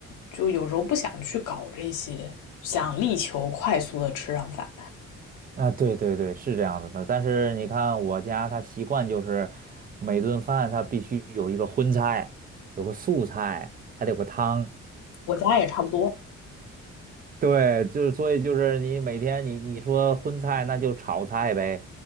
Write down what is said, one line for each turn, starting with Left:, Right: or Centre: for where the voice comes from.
Left: 就有时候不想去搞这些，想力求快速的吃上饭。
Right: 啊对对对，是这样子的。但是你看我家他习惯就是每顿饭他必须有一个荤菜，有个素菜，还得有个汤。
Left: 我家也差不多。
Right: 对，就是所以就是你每天你你说荤菜那就炒菜呗，